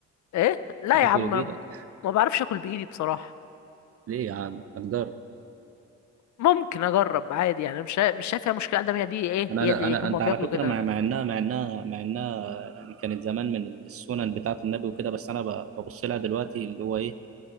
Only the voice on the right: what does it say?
هتاكل
بايدك
ليه يا عم هتجرب
انا
انا
أنا-
انت
على فكره
مع
مع انها مع انها مع انها يعني كانت زمان من السنن بتاعه النبي وكده بس انا ب- ببص لها دلوقتي اللي هو ايه